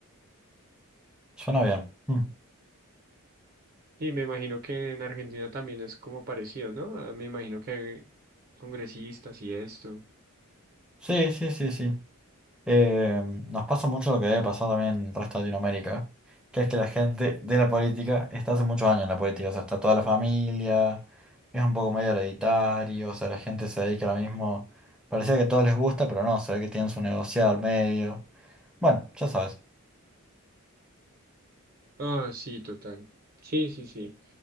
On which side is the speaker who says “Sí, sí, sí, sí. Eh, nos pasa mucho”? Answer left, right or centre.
Centre